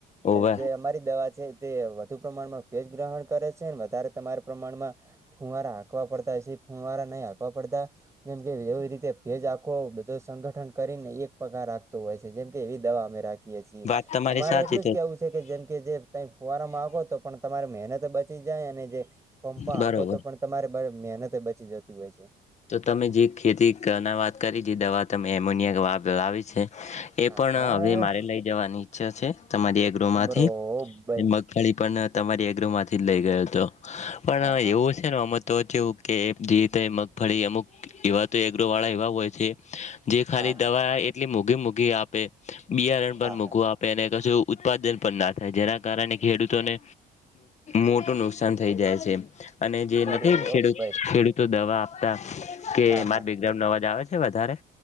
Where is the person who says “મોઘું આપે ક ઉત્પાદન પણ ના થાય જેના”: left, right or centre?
Left